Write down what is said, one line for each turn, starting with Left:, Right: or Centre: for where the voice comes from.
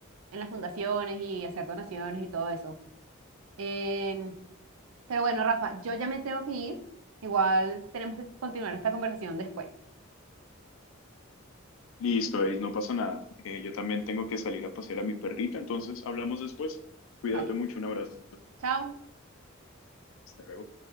Right: en las fundaciones y hacer donaciones y todo eso. Em, Pero bueno, Rafa, yo ya me tengo que ir. Igual tenemos que continuar esta conversación después.
Left: Listo, Ace, no pasa nada. Eh, yo también tengo que salir a pasear a mi perrita, entonces hablamos después. Cuídate
Right: Vale,
Left: mucho, un abrazo.
Right: chao.
Left: Hasta luego.